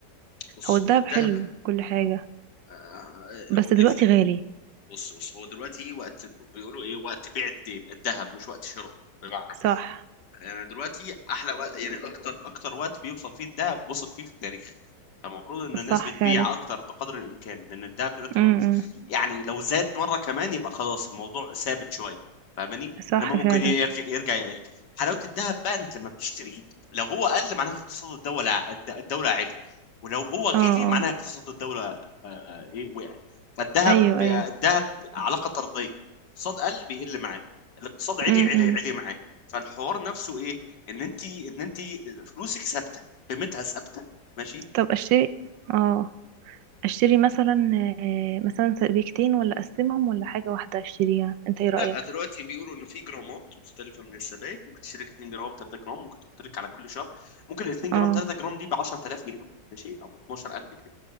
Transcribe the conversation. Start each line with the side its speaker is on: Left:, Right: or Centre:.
Left: بص
Right: هو الدهب
Left: الذهب
Right: حلو كل حاجة
Left: آه،
Right: بس
Left: هقول
Right: دلوقتي
Left: لك ليه
Right: غالي
Left: بص بص هو دلوقتي إيه وقت بيقولوا ايه وقت بيع الدي- الذهب مش وقت شراء بمعنى
Right: صح
Left: يعني دلوقتي احلى وقت يعني اكتر اكتر وقت بيوصل فيه الذهب وصل فيه في التاريخ فالمفروض ان الناس
Right: صح
Left: بتبيع
Right: فعلا
Left: اكتر بقدر الامكان لان الذهب دلوقتي
Right: امم
Left: ما يعني لو زاد مره كمان يبقى خلاص الموضوع ثابت شويه فاهماني
Right: صح
Left: انما ممكن
Right: فعلا
Left: يرجع يرجع يقل حلاوه الذهب بقى انك لما بتشتريه لو هو قل معناها اقتصاد الدوله ع- الد- الدوله عالي ولو هو غلي
Right: اه اه
Left: معناها اقتصاد الدوله آه، آه، ايه وقع فالذهب
Right: ايوه
Left: الذهب
Right: ايوه
Left: علاقه طرديه اقتصاد قل بيقل معاه الاقتصاد عالي
Right: امم
Left: عالي عالي معاه فالحوار نفسه ايه ان انت ان انت فلوسك ثابته قيمتها ثابته ماشي
Right: طب اشتري اه اشتري مثلا آه، مثلا سبيكتين ولا اقسمهم ولا حاجة واحدة اشتريها انت ايه رأيك
Left: لا دلوقتي بيقولوا ان في جرامات مختلفه من السبائك ممكن تشترك 2 جرام 3 جرام ممكن تحط لك على كل شهر ممكن ال 2 جرام
Right: اه
Left: 3 جرام دي ب 10000 جنيه ماشي او 12000 جنيه